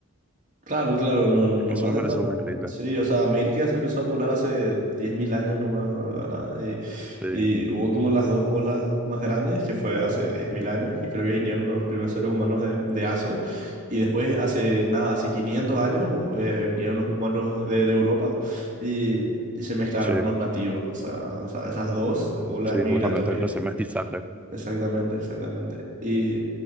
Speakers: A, on the right; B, in the centre.
A: Claro, claro, no, no
B: eso
A: fue hace
B: me parece
A: tanto.
B: muy increíble.
A: Sí, o sea, América se empezó a poblar hace 10.000 años nomás, ¿verdad? Y,
B: Sí,
A: y hubo como las dos olas más grandes, que fue hace 10.000 años, que creo que vinieron los primeros seres humanos de, de Asia. Y después, hace nada, hace 500 años, eh, vinieron los humanos de, de Europa y, y se mezclaron
B: sí,
A: con los nativos. O sea, o sea, esas dos olas
B: sí,
A: migratorias.
B: justamente el mestizaje.
A: Exactamente, exactamente. Y,